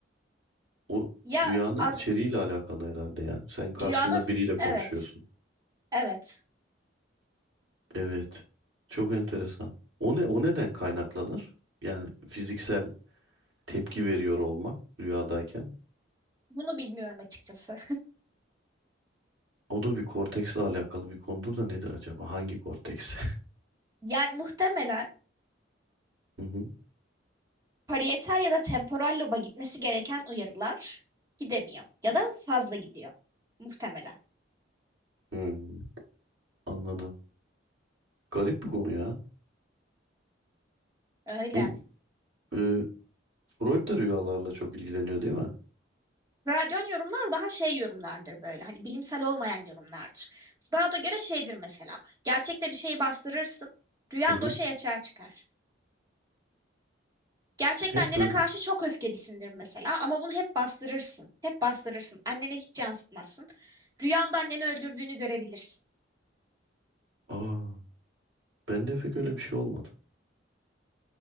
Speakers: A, on the right (about 85°); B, on the right (about 20°).
A: O
B: Ya
A: rüyanın
B: an,
A: içeriğiyle alakalı herhalde yani. Sen karşında
B: rüyanın
A: biriyle konuşuyorsun.
B: evet, evet.
A: Evet. Çok enteresan. O ne o neden kaynaklanır? Yani fiziksel tepki veriyor olmak rüyadayken.
B: Bunu bilmiyorum açıkçası.
A: O da bir korteksle alakalı bir konudur da nedir acaba? Hangi korteks?
B: Yani muhtemelen
A: <laughs> Hı hı.
B: parietal ya da temporal loba gitmesi gereken uyarılar gidemiyor ya da fazla gidiyor muhtemelen.
A: Hmm, anladım. Garip bir konu ya.
B: Öyle.
A: Bu e, Freud da rüyalarla çok ilgileniyor değil mi?
B: Radyon yorumlar daha şey yorumlardır böyle. Hani bilimsel olmayan yorumlardır. Freud'a göre şeydir mesela. Gerçekte bir şeyi bastırırsın. Rüyan
A: Hı hı.
B: da o şey açığa çıkar. Gerçekte
A: Hep
B: annene
A: böyle.
B: karşı çok öfkelisindir mesela ama bunu hep bastırırsın. Hep bastırırsın. Annene hiç yansıtmazsın. Rüyanda anneni öldürdüğünü görebilirsin.
A: Aa, ben de pek öyle bir şey olmadı.